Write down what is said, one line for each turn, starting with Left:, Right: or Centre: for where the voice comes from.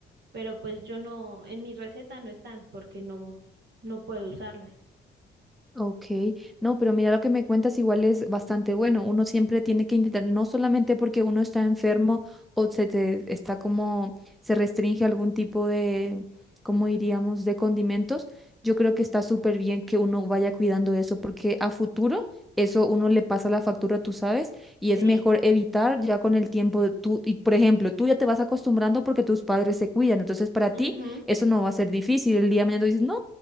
Right: pero pues yo no, en mi receta no están porque no, no puedo usarlas.
Centre: Ok, no, pero mira lo que me cuentas igual es bastante bueno. Uno siempre tiene que intentar, no solamente porque uno está enfermo o se te está como, se restringe algún tipo de, ¿cómo diríamos?, de condimentos. Yo creo que está súper bien que uno vaya cuidando eso porque a futuro eso uno le pasa la factura, tú sabes, y
Right: Sí,
Centre: es mejor evitar ya con el tiempo. Tú, y por ejemplo, tú ya te vas acostumbrando porque tus padres se cuidan. Entonces, para ti
Right: ujú,
Centre: eso no va a ser difícil. El día de mañana tú dices, no.